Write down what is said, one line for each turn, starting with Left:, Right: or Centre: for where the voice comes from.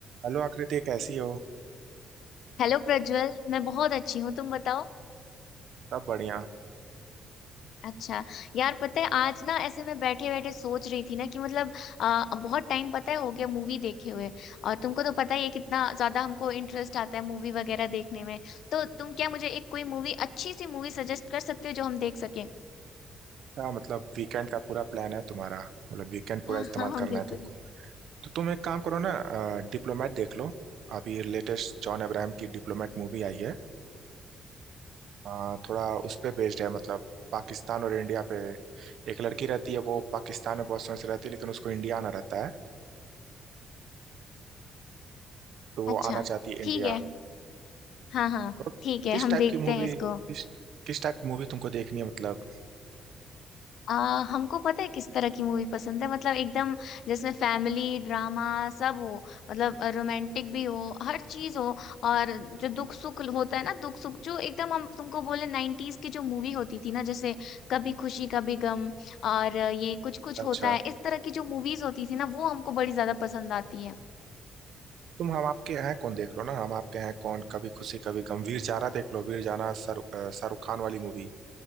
Right: Hello Akriti कैसी हो
Left: Hello Prajwal मैं बहुत अच्छी हूँ तुम बताओ
Right: सब बढ़िया
Left: अच्छा यार पता है आज ना ऐसे मैं बैठे बैठे सोच रही थी ना कि मतलब अ, बहुत टाइम पता है हो गया मूवी देखे हुए और तुमको तो पता ही है कितना ज्यादा हमको इंटरेस्ट आता है मूवी वगैरह देखने में तो तुम क्या मुझे एक कोई मूवी अच्छी सी मूवी सजेस्ट कर सकते हो जो हम देख सकें
Right: क्या मतलब वीकेंड का पूरा प्लान है तुम्हारा मतलब वीकेंड पूरा
Left: हाँ
Right: इस्तेमाल
Left: हाँ हाँ
Right: करना
Left: बिल्कुल
Right: है तुमको तो तुम एक काम करो ना डिप्लोमेट देख लो अभी लेटेस्ट जॉन अब्राहम की डिप्लोमेट मूवी आई है अ, थोड़ा उस पे बेस्ड है मतलब पाकिस्तान और इंडिया पे एक लड़की रहती है वो पाकिस्तान में बहुत समय से रहती है लेकिन उसको इंडिया आना रहता है तो वो
Left: अच्छा
Right: आना चाहती है
Left: ठीक
Right: इंडिया
Left: है हाँ हाँ
Right: मतलब
Left: ठीक है
Right: किस
Left: हम
Right: टाइप
Left: देखते
Right: की मूवी
Left: हैं इसको
Right: किस किस टाइप की मूवी तुमको देखनी है मतलब
Left: आ, हमको पता है किस तरह की मूवी पसंद है मतलब एकदम जिसमें फैमिली ड्रामा सब हो मतलब रोमांटिक भी हो हर चीज हो और जो दुख सुख होता है ना दुख सुख जो एकदम हम तुमको बोले नाइन्टीज की जो मूवी होती थी ना जैसे कभी खुशी कभी गम और ये कुछ कुछ
Right: अच्छा
Left: होता है इस तरह की जो मूवीज होती थी ना वो हमको बड़ी ज्यादा पसंद आती
Right: तुम हम आपके हैं कौन देख लो ना हम आपके हैं कौन कभी खुशी कभी गम वीर जारा देख लो वीर जारा शाहरुख अ, शाहरुख खान वाली मूवी